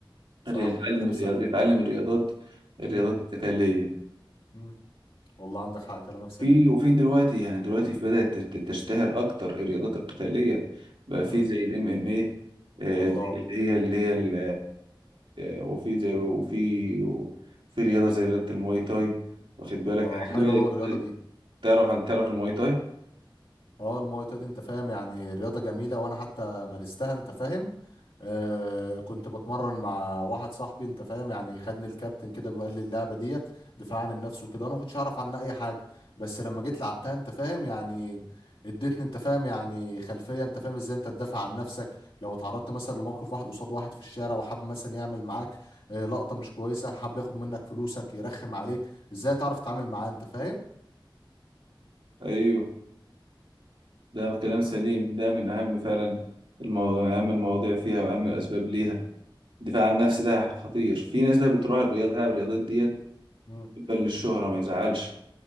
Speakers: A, on the left; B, on the right.
A: صح
B: يتعلم
A: كلام
B: الرياض-
A: سليم
B: يتعلم الرياضات الرياضات
A: مم.
B: القتالية
A: مم. والله عندك حق كلامك سليم
B: في وفي دلوقتي يعني دلوقتي في بدأت تت- تشتهر أكتر الرياضات القتالية بقى
A: مم.
B: في زي ال MMA آه،
A: الله
B: دي اللي هي اللي هي ال- آه، وفي زي وفي وفي رياضة زي رياضة المواي تاي واخد بالك
A: الله
B: الحاجات
A: حلو
B: دي
A: قوي
B: بدأت-
A: الرياضة
B: بدأت-
A: دي
B: تعرف عن تعرف المواي تاي
A: اه الماي دي انت فاهم يعني رياضة جميلة وانا حتى مارستها انت فاهم آه كنت بتمرن مع واحد صاحبي انت فاهم يعني خدني الكابتن كده وقال لي اللعبة ديت دفاع عن النفس وكده انا ما كنتش اعرف عنها اي حاجة بس لما جيت لعبتها انت فاهم يعني اديتني انت فاهم يعني خلفية انت فاهم ازاي انت تدافع عن نفسك لو اتعرضت مثلا لموقف واحد قصاد واحد في الشارع وحب مثلا يعمل معاك آه، لقطة مش كويسة حب ياخد منك فلوسك يرخم عليك ازاي تعرف تتعامل معاه انت فاهم
B: أيوه ده كلام سليم ده من أهم فعلا المواضيع أهم المواضيع فيها وأهم الأسباب ليها الدفاع عن النفس ده خطير في ناس بقى بتروح الرياضة الرياضات ديت
A: مم.
B: بتبقى للشهرة ما يزعلش